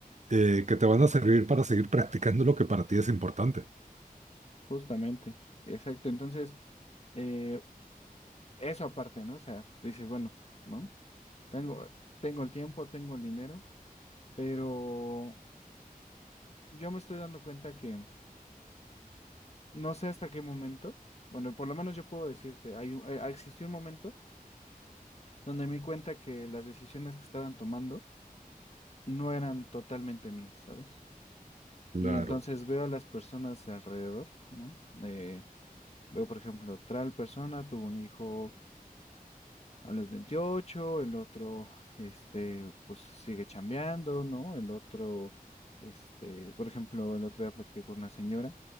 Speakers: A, on the right; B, on the left.
A: eh, que te van a servir para seguir practicando lo que para ti es importante.
B: justamente, exacto. Entonces, eh, eso aparte, ¿no? O sea, dices, bueno, ¿no? Tengo, tengo el tiempo, tengo el dinero, pero yo me estoy dando cuenta que no sé hasta qué momento, bueno, por lo menos yo puedo decirte, hay, un- eh, existió un momento donde me di cuenta que las decisiones que estaban tomando no eran totalmente mías, ¿sabes?
A: Claro,
B: Y entonces veo a las personas alrededor, ¿no? Eh, veo, por ejemplo, tal persona tuvo un hijo a los veintiocho el otro, este, pues sigue chambeando, ¿no? El otro, este, por ejemplo, el otro día platiqué con una señora